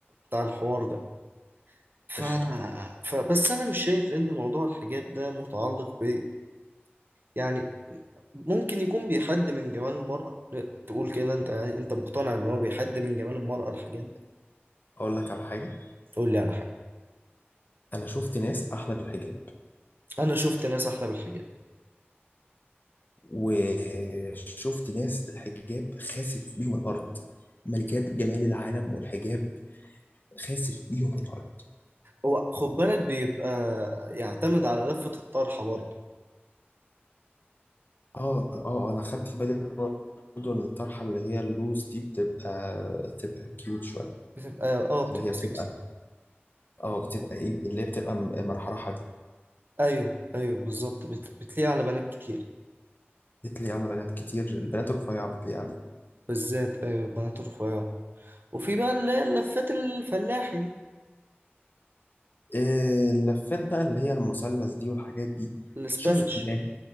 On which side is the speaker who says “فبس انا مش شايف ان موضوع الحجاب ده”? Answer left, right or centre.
Right